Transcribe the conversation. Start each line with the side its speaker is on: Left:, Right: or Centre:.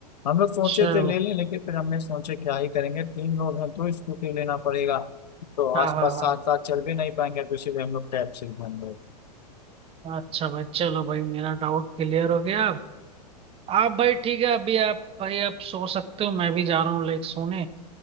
Left: हम लोग सोचे
Right: चलो
Left: थे ले लें लेकिन फिर हमने सोचे क्या ही करेंगे तीन लोग हैं तो स्कूटी लेना पड़ेगा तो
Right: हाँ
Left: आसपास
Right: हाँ
Left: साथ साथ चल भी नहीं पाएंगे तो इसीलिए हम लोग टैब से ही घूम रहे थे
Right: हाँ अच्छा भाई चलो भाई मेरा डाउट क्लियर हो गया आप भाई ठीक है अभी आप भाई आप सो सकते हो मैं भी जा रहा हूँ लाइक सोने